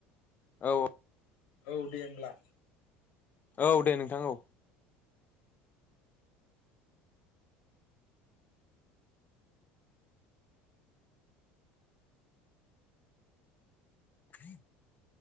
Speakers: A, on the left; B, on the left.
A: औ
B: औ दे होमब्ला
A: औ दे नोंथां औ <unintelligible>